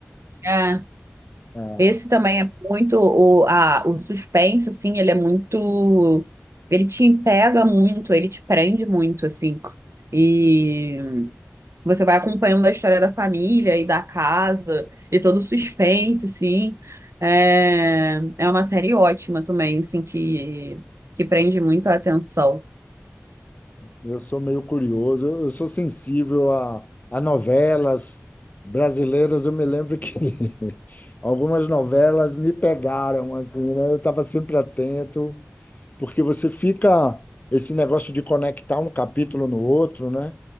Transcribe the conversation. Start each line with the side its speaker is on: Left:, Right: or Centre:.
Right: é.
Left: Ah,
Right: Esse também é muito o, a, o suspense, assim, ele é muito. Ele te pega muito, ele te prende muito, assim. E Você vai acompanhando a história da família e da casa e todo o suspense, assim. É, é uma série ótima também, assim, que, que prende muito a atenção.
Left: Eu sou meio curioso, eu sou sensível a, a novelas brasileiras. Eu me lembro que <laughs> algumas novelas me pegaram, assim, né? Eu estava sempre atento, porque você fica esse negócio de conectar um capítulo no outro, né?